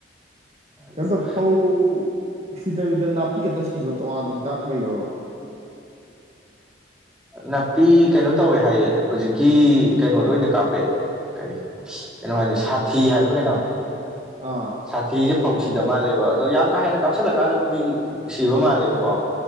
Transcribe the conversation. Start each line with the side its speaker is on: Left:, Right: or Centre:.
Centre: ꯑꯗꯨꯒ
Right: ꯀꯟꯇꯣ ꯐꯧ ꯁꯤꯗꯕꯤꯗ ꯅꯥꯄꯤ ꯈꯛꯇ ꯄꯤꯕ ꯇꯣꯉꯥꯟꯕ ꯍꯤꯗꯥꯛ ꯂꯩꯈ꯭ꯔꯣ <unintelligible>
Centre: ꯅꯥꯄꯤ ꯀꯩꯅꯣ ꯇꯧꯋꯦ ꯍꯥꯏꯌꯦ ꯍꯧꯖꯤꯛꯀꯤ ꯀꯩꯅꯣꯗ ꯑꯣꯏꯅ ꯀꯥꯞꯄꯛꯦ ꯀꯔꯤ ꯀꯩꯅꯣ ꯍꯥꯏꯅꯤ ꯁꯥꯊꯤ ꯍꯥꯏꯕ꯭ꯔꯥ ꯀꯩꯅꯣ
Right: ꯑꯥ
Centre: ꯁꯥꯊꯤꯁꯦ ꯐꯧ ꯁꯤꯗ ꯃꯥꯜꯂꯦꯕ ꯑꯗꯣ ꯌꯥꯝ ꯀꯥ ꯍꯦꯟꯅ ꯀꯥꯞꯁꯤꯜꯂꯀꯥꯟꯗꯕꯨꯗꯤ ꯁꯤꯕ ꯃꯥꯜꯂꯦꯕꯀꯣ